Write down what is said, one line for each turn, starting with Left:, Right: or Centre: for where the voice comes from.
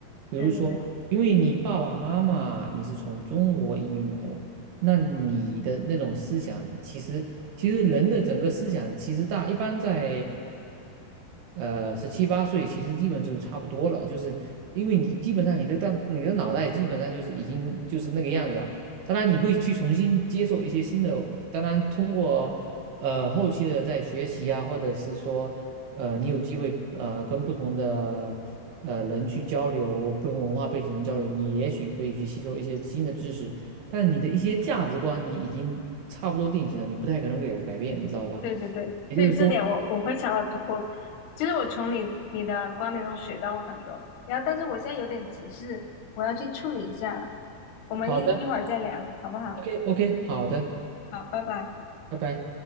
Right: 比如说，
Left: 对对对。
Right: 因为你爸爸妈妈你是从中国移民来的，那你的那种思想，其实其实人的整个思想其实大一般在，呃，十七八岁其实基本就是差不多了，就是因为你基本上你的大你的脑袋基本上就是已经就是那个样子了。当然你会去重新接受一些新的，当然通过呃后期的在学习啊，或者是说呃你有机会呃跟不同的呃人去交流，不同文化背景的人交流，你也许可以去吸收一些新的知识，但你的一些价值观你已经差不多定型了，你不太可能会改改变，你知道吧？
Left: 对对对对，
Right: 也就是说，
Left: 这点我我非常的同我，其实我从你你的观点中学到了很多。然后，但是我现在有点急事，我要去处理一下，我们一一会儿再聊，
Right: 好的
Left: 好不好？
Right: ，OK OK，好的，
Left: 好，拜拜。
Right: 拜拜。